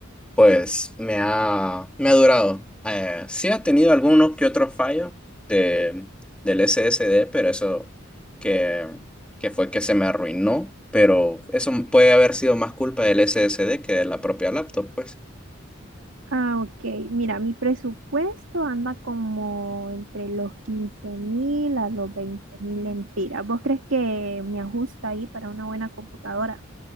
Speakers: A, in the centre; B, on the right (about 70°).
A: pues me ha, me ha durado. Eh, sí ha tenido algunos que otros fallos de, del SSD, pero eso que, que fue que se me arruinó. Pero eso puede haber sido más culpa del SSD que de la propia laptop, pues.
B: Ah, ok. Mira, mi presupuesto anda como entre los quince mil a los veinte mil lempiras. ¿Vos crees que me ajusta ahí para una buena computadora?